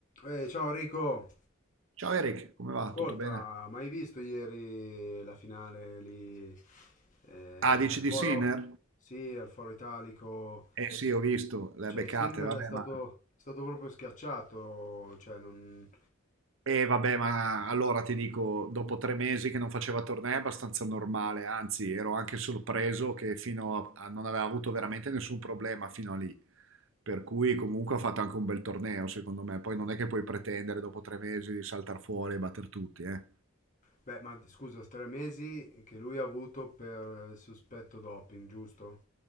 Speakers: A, on the left; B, on the right.
A: Eh, ciao Enrico,
B: Ciao Eric, come va?
A: ascolta,
B: Tutto bene?
A: ma hai visto ieri la finale lì eh,
B: Ah, dici
A: al
B: di
A: Foro?
B: Sinner?
A: Sì, al Foro Italico.
B: Eh sì, ho visto, le
A: Cioè,
B: ha beccate,
A: Sinner
B: vabbè,
A: è stato,
B: ma...
A: è stato proprio schiacciato. Cioè, non...
B: Eh vabbè, ma allora ti dico, dopo tre mesi che non faceva tornei è abbastanza normale, anzi ero anche sorpreso che fino a... a- non aveva avuto veramente nessun problema fino a lì, per cui comunque ha fatto anche un bel torneo secondo me, poi non è che puoi pretendere dopo tre mesi di saltar fuori e batter tutti, eh?
A: Beh, ma scusa, tre mesi che lui ha avuto per eh, sospetto doping, giusto?